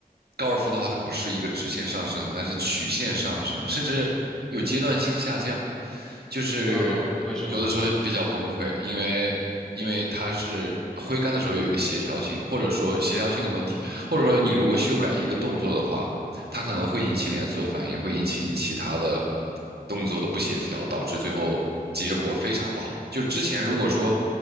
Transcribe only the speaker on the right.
高尔夫的话，它不是一个直线上升的，它是曲线上升，甚至有阶段性下降，就是有的时候比较崩溃，
因为因为它是挥杆的时候有一个协调性，或者说协调性的问题，或者说你如果修改一个动作的话，它可能会引起连锁反应，会引起你其他的动作的不协调，导致最后结果非常不好。就之前如果说，